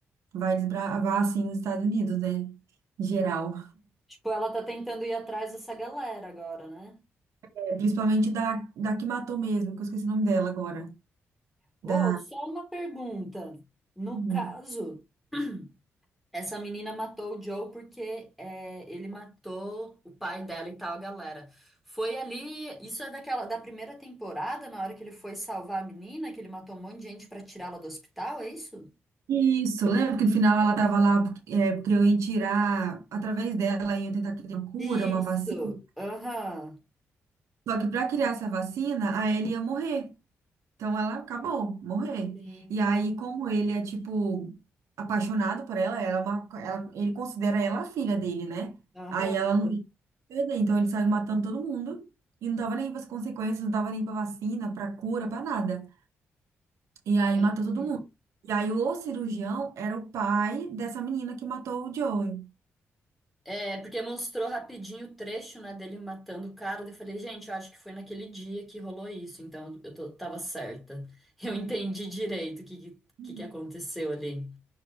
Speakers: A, on the right; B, in the centre.
A: vai desbravar, assim, os Estados Unidos, né, em geral.
B: Tipo, ela tá tentando ir atrás dessa galera agora, né?
A: É, principalmente da, da que matou mesmo, que eu esqueci o nome dela agora,
B: Ô,
A: da...
B: só uma pergunta. No
A: Uhum.
B: caso, <clears throat> essa menina matou o Joe porque é, ele matou o pai dela e tal, a galera. Foi ali, isso é daquela da primeira temporada, na hora que ele foi salvar a menina, que ele matou um monte de gente pra tirá-la do hospital, é isso?
A: Isso, lembra que no final ela tava lá porque, é, porque eu ia tirar, através dela, iam tentar criar uma cura,
B: Isso.
A: uma vacina,
B: Aham.
A: Só que para criar essa vacina, a Ellie ia morrer. Então ela acabou, morrer.
B: Sim.
A: E aí, como ele é, tipo, apaixonado por ela, ela, é uma- ela- ele considera ela a filha dele, né?
B: Aham.
A: Aí ela não ia perder. Então ele saiu matando todo mundo. E não tava nem para as consequências, não tava nem para vacina, para cura, para nada. E aí
B: É.
A: matou todo
B: é.
A: mundo. E aí o cirurgião era o pai dessa menina que matou o Joey.
B: É, porque mostrou rapidinho o trecho, né, dele matando o cara. daí Eu falei, gente, eu acho que foi naquele dia que rolou isso, então eu tô- tava certa. <laughs> Eu entendi direito o que, que,
A: Uhum.
B: que que aconteceu ali.